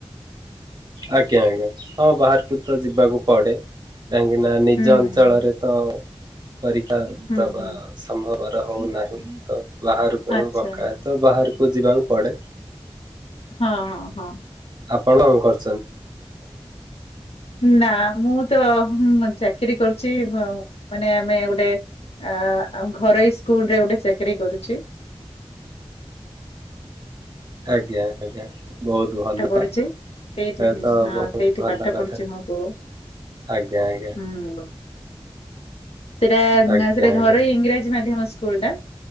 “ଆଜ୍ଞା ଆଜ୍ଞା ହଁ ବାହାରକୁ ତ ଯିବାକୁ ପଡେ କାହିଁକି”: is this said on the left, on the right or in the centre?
Right